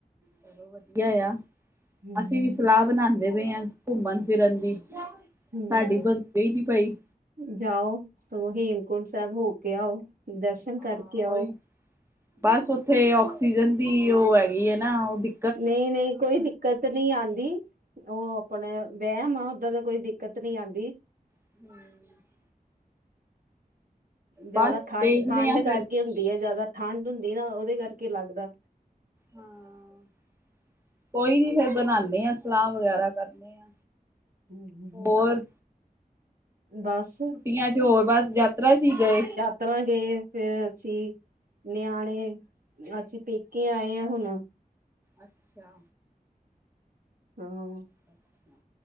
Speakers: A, on the right (about 15°); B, on the right (about 65°).
A: ਚਲੋ ਵਧੀਆ ਆ
B: ਹਮ
A: ਅਸੀਂ ਵੀ ਸਲਾਹ ਬਣਾਉਂਦੇ ਪਏ ਆ ਘੁੰਮਣ ਫਿਰਨ ਦੀ ਸਾਡੀ
B: ਹਮ
A: ਬਣਦੀ ਨਹੀਂ ਪਈ,
B: ਜਾਓ ਸਗੋਂ ਹੇਮਕੁੰਟ ਸਾਹਿਬ ਹੋ ਕੇ ਆਓ, ਦਰਸ਼ਨ
A: ਹਾਂ
B: ਕਰਕੇ ਆਓ।
A: ਉਹੀ। ਬਸ ਉੱਥੇ ਆਕਸੀਜ਼ਨ ਦੀ ਉਹ ਹੈਗੀ ਹੈ, ਨਾ ਉਹਦੀ
B: ਨਹੀਂ ਨਹੀਂ ਕੋਈ ਦਿੱਕਤ ਨਹੀਂ ਆਦੀ। ਉਹ ਆਪਣੇ ਵਹਿਮ ਆ, ਓਦਾਂ ਤਾਂ ਕੋਈ ਦਿੱਕਤ ਨੀ ਆਦੀ।
A: <unintelligible>
B: ਜ਼ਿਆਦਾ
A: ਬਸ
B: ਠੰਡ-ਠੰਡ
A: ਦੇਖਦੇ ਆ ਫੇਰ।
B: ਕਰਕੇ ਹੁੰਦੀ ਹੈ, ਜ਼ਿਆਦਾ ਠੰਡ ਹੁੰਦੀ ਨਾ ਉਹਦੇ ਕਰਕੇ ਲੱਗਦਾ।
A: ਹਾਂ ਕੋਈ ਨੀ ਫੇਰ ਬਣਾਦੇ ਹਾਂ ਸਲਾਹ ਵਗੈਰਾ ਕਰਨੇ ਹਾ।
B: ਹੂੰ ਹੂੰ ਹੂੰ।
A: ਹੋਰ?
B: ਬਸ, ਇਹ
A: ਛੁੱਟੀਆਂ ਚ ਹੋਰ ਬਸ ਯਾਤਰਾ ਚ ਹੀ ਗਏ।
B: ਇਸ ਤਰ੍ਹਾਂ ਗਏ, ਫੇਰ ਅਸੀਂ ਨਿਆਣੇ ਅਸੀਂ ਪੇਕੇ ਆਏ ਹਾਂ ਹੁਣ
A: ਅੱਛਾ
B: ਹੂੰ,
A: ਅੱਛਾ,